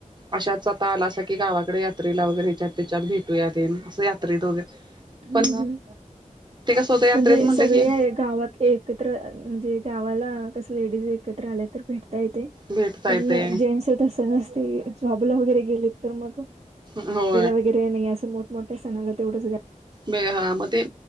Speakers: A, on the right; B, on the right.
A: अशाच आता आला अस की गावाकडे यात्रेला वगैरे ह्याच्यात त्याच्यात भेटूया तेनं असं यात्रेत वगैरे
B: हं,
A: पण
B: हं.
A: ते कसं होतं यात्रेत
B: म्हणजे
A: म्हणलं
B: सगळे
A: की
B: गावात एकत्र म्हणजे गावाला कस लेडीज एकत्र आल्या तर भेटता येते
A: भेटता
B: पण
A: येते
B: जेंट्स तसं नसतय जॉबला वगैरे गेलेत तर मग
A: हम होम
B: वगैरे नाही असं मोठमठ्या सणाला तेवढं
A: हा म ते